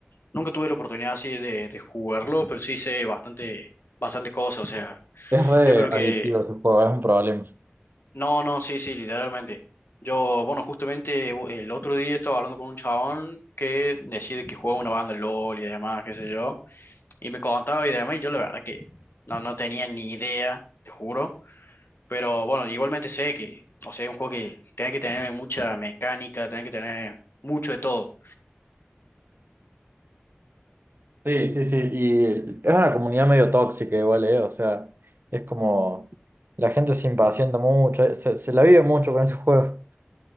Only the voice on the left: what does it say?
nunca tuve la oportunidad así de, de jugarlo, pero sí sé bastante, bastantes cosas. O sea,
yo creo que.
No, no, sí, sí, literalmente. Yo, bueno, justamente u- el otro día estaba hablando con un chabón que decide que juega una banda de LOL y demás, qué sé yo. Y me contaba y demás, y yo la verdad que no, no tenía ni idea, te juro. Pero bueno, igualmente sé que, o sea, es un juego que tiene que tener mucha mecánica, tiene que tener mucho de todo.